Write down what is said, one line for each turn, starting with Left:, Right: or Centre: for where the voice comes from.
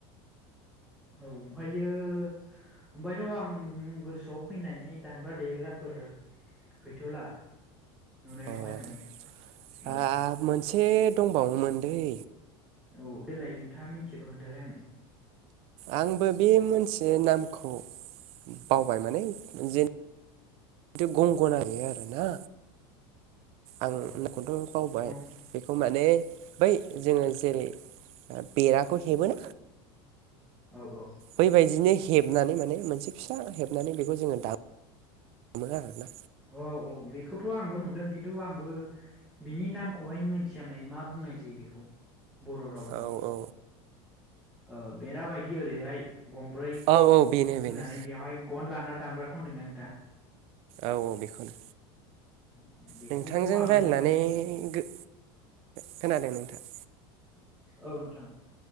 Centre: औ ओमफायो ओमफायथ' आं गोसोआव फैनाय दामग्रा देग्राफोर गैथ'ला। नुनायावहाय
Right: अ ओ
Centre: माने औ
Right: मोनसे दंबावोमोन दैै
Centre: औ देलाय नोंथांङा मिथियोबा खोन्थालाय आनो
Right: आंबो बे मोनसे नामखौ बावबाय माने जेन गंगना <unintelligible> आरोना आं
Centre: औ
Right: नामखौथ' बावबाय
Centre: गं
Right: बेखौ माने बै जोङो जेरै बेराखौ हेबो
Centre: औ औ
Right: बै बायदिनो हेबनानै माने मोनसे फिसा हेबनानै बेखौ जोङो दामो <unintelligible> आरोना
Centre: औ औ बेखौथ' आंबो नुदों खिन्थु आंबो बिनि नामखौहाय मिथिया माने मा बुंनाय जायो बेखौ बर' रावावहाय
Right: औ औ
Centre: ओ बेरा बायदि ओरैहाय गंब्रै
Right: औ औ बेनो बेनो
Centre: होनानै बेवहाय गन लाना दामग्रा खौ होनदों ना नोंथाङा
Right: औ औ बेखौनो
Centre: औ बेखौथ'
Right: नोंथांजों
Centre: आंबो
Right: रायजल्लायनानै
Centre: माने
Right: गो खोनादों नोंथां।
Centre: औ नोंथां।